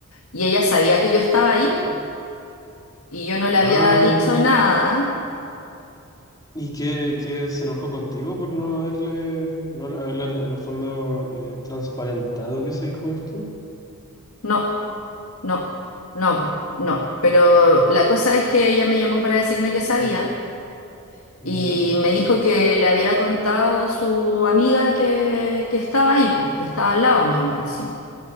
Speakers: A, on the left; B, on the left.
A: y ella sabía que yo estaba ahí, po, y yo no
B: Ah,
A: le había dicho nada.
B: ¿y qué, qué se enojó contigo por no haberle, no haberle tra- en el fondo eh, transparentado que se dijo esto?
A: No, no, no, no. Pero la cosa es que ella me llamó para decirme que sabía
B: ¿Ya?
A: y me dijo que le había contado su amiga que, que estaba ahí, pues, que estaba al lado mío, más encima.